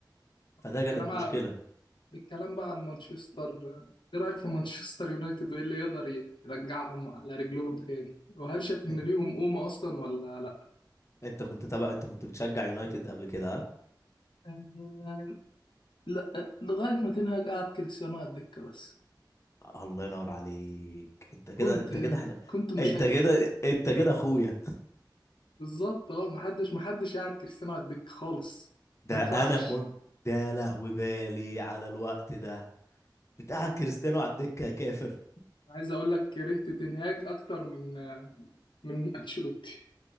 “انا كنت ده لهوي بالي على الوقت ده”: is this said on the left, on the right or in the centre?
Left